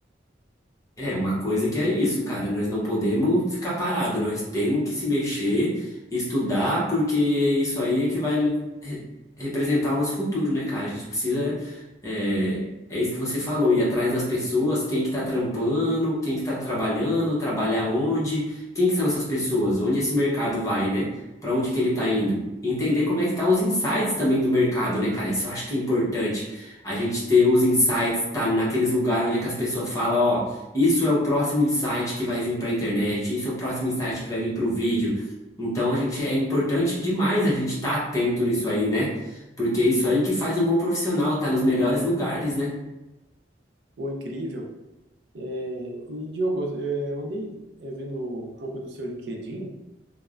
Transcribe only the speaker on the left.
É, uma coisa que é isso, cara. Nós não podemos ficar parado, nós temos que se mexer, estudar, porque isso aí é que vai re- representar o nosso futuro, né, cara? A gente precisa. É, é isso que você falou, ir atrás das pessoas, quem que tá trampando, quem que tá trabalhando, trabalha onde, quem que são essas pessoas, onde esse mercado vai, né? Pra onde que ele tá indo? E entender como é que tá os insights também do mercado, né, cara? Isso eu acho que é importante. A gente ter os insights, tá naqueles lugares onde é que as pessoas falam, ó. Isso é o próximo insight que vai vir para a internet, isso é o próximo insight que vai vir para o vídeo. Então a gente é importante demais a gente estar atento nisso aí, né? Porque é isso aí que faz um bom profissional, tá nos melhores lugares, né?